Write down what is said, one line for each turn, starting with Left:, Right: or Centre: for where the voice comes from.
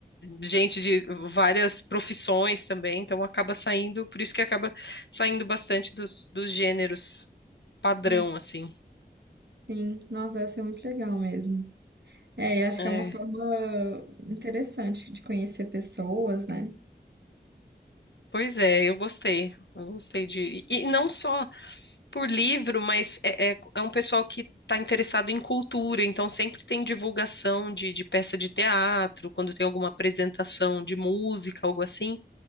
Left: gente de várias profissões também, então acaba saindo, por isso que acaba saindo bastante dos, dos gêneros padrão,
Right: Hum,
Left: assim.
Right: Sim, nossa, deve ser muito legal mesmo. É, eu acho
Left: É,
Right: que é uma forma interessante de conhecer pessoas, né?
Left: pois é, eu gostei, eu gostei de e e não só por livro, mas é, é, é um pessoal que está interessado em cultura, então sempre tem divulgação de, de peça de teatro, quando tem alguma apresentação de música, algo assim.